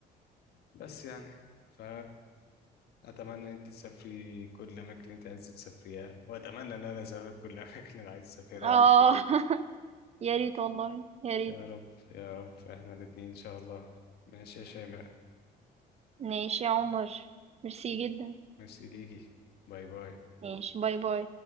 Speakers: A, on the left; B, on the right.
A: بس يعني ف اتمنى ان انت تسافري كل الاماكن اللي انت عايزه تسافريها واتمنى ان انا اسافر كل <laughs> الاماكن اللي انا عايز اسافرها
B: اه <laughs> يا ريت والله يا ريت
A: يا رب يا رب احنا الاتنين ان شاء الله ماشي يا شيماء
B: ماشي يا عمر ميرسي جدا
A: ميرسي ليكي باي باي
B: ماشي باي باي